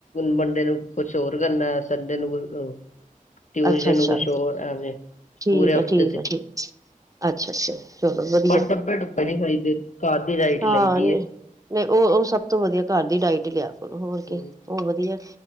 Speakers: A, on the left; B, on the right.
A: ਮੰਡੇ ਨੂੰ ਕੁਛ ਹੋਰ ਕਰਨਾ ਸੰਡੇ ਨੂੰ ਕੁਛ ਟਿਊਸਡੇ
B: ਅੱਛਾ ਅੱਛਾ
A: ਨੂੰ ਕੁਛ ਹੋਰ ਐਵੇਂ
B: ਠੀਕ
A: ਪੂਰੇ
B: ਹੈ,
A: ਹਫ਼ਤੇ
B: ਠੀਕ
A: ਤੇ
B: ਆ ਠੀਕ। ਅੱਛਾ ਅੱਛਾ। ਚਲੋ ਵਧੀਆ
A: ਬਸ ਡੱਬੇ ਡੁੱਬੇ ਨੀ ਖਾਈਦੇ ਘਰ ਦੀ ਡਾਈਟ
B: ਹਾਂ
A: ਲਾਈ
B: ਨਹੀਂ
A: ਦੀ।
B: ਨਹੀਂ, ਉਹ, ਉਹ ਸਭ ਤੋਂ ਵਧੀਆ ਘਰ ਦੀ ਡਾਇਟ ਲਿਆ। ਚੋ ਹੋਰ
A: ਏ
B: ਕੀ ਹੋਰ ਵਧੀਆ,